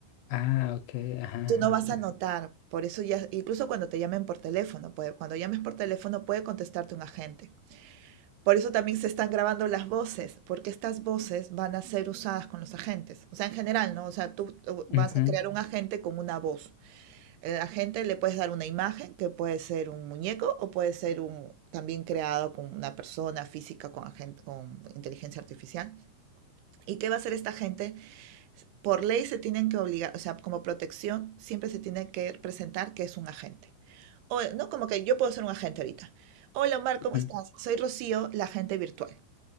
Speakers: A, on the left; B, on the right.
A: Ah, ok. Ajá.
B: Tú
A: ajá,
B: no vas a
A: ajá.
B: notar, por eso ya, incluso cuando te llamen por teléfono, puede- cuando llames por teléfono puede contestarte un agente. Por eso también se están grabando las voces, porque estas voces van a ser usadas con los agentes. O sea, en general, ¿no? O sea, tú tú vas
A: Ujú,
B: a crear un agente con una voz eh, A la gente le puedes dar una imagen que puede ser un muñeco o puede ser un, también creado con una persona física con, agente con inteligencia artificial. ¿Y qué va a hacer esta gente? Por ley se tienen que obligar, o sea, como protección siempre se tiene que presentar que es un agente. O, no como que yo puedo ser un agente ahorita. Hola Omar, ¿cómo
A: ujú.
B: estás? Soy Rocío, la agente virtual.